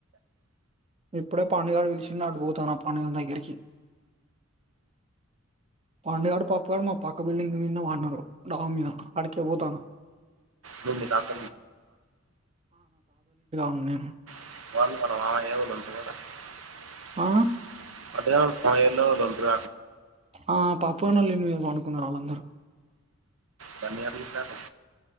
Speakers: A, on the right (about 30°); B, on the right (about 80°).
A: ఇప్పుడే పండుగడు పలిషిండు అడ్డుపోతాన పందిగని దగ్గరికి పాండుగడు పాపగాడు మా పక్క బిల్డింగ్ మీద వాన్నారు డామ్ మీద ఆడికే పోతాను
B: నుడి కాక
A: ఉ
B: <inaudible>
A: ఆ ఆ పాప్పుగానేల ఇల్లు మీద పాడుకున్నారు వాళ్ళందరూ
B: పనియరుతారు